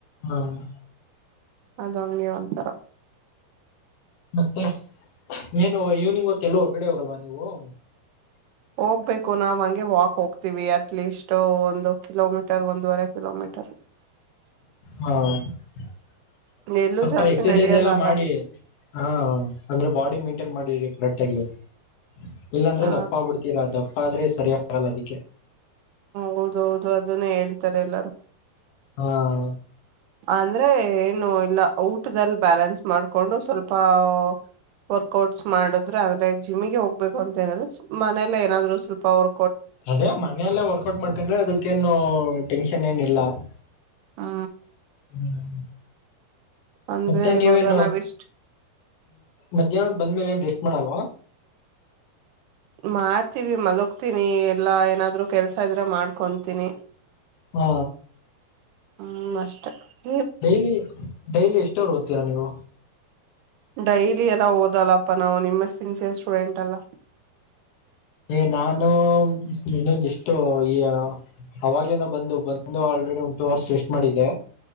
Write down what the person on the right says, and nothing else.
ಅದ ಹಂಗೆ ಒಂಥರ <unintelligible>
ಹೋಗ್ಬೇಕು ನಾವ್ ಹಂಗೆ ವಾಕ್ ಹೋಗ್ತೀವಿ ಅಟ್ಲೀಸ್ಟ್ ಒಂದು ಕಿಲೋಮೀಟರ್ ಒಂದೂವರೆ ಕಿಲೋಮೀಟರ್ <unintelligible>
ಎಲ್ಲೂ
ಜಾಸ್ತಿ
ನಡೆಯಲ್ಲ
ಅಲ್ಲ
ಹ
ಹೌದ ಹೌದು ಅದನ್ನೇ ಹೇಳ್ತಾರೆ ಎಲ್ಲಾರು <unintelligible>
ಅಂದ್ರೆ ಏನು ಇಲ್ಲ ಊಟದಲ್ಲಿ ಬ್ಯಾಲೆನ್ಸ್ ಮಾಡ್ಕೊಂಡು ಸ್ವಲ್ಪ <unintelligible> ವರ್ಕ್ಔಟ್ಸ್ ಮಾಡಿದ್ರೆ ಅದ್ರ <unintelligible> ಜಿಮ್ಮಿಗೆ ಹೋಗ್ಬೇಕು ಅಂತೇನಿಲ್ಲ ಮನೇಲೆ ಏನಾದ್ರು ಸ್ವಲ್ಪ ಅವ್ರ.
ಹಾ.
ಅಂದ್ರೆ
ಇವಾಗ ನಾವ್ ಎಷ್ಟ್
ಮಾಡ್ತೀವಿ ಮಲಗ್ತೀನಿ ಎಲ್ಲಾ ಏನಾದ್ರು ಕೆಲ್ಸ ಇದ್ರೆ ಮಾಡ್ಕೊತೀನಿ.
ಹ್ಮ್ ಅಷ್ಟೇ.
ಡೈಲಿ ಎಲ್ಲಾ ಓದಲ್ಲಪ್ಪ ನಾವು ನಿಮ್ಮಷ್ಟು ಸಿನ್ಸಿಯರ್ ಸ್ಟೂಡೆಂಟ್ ಅಲ್ಲಾ.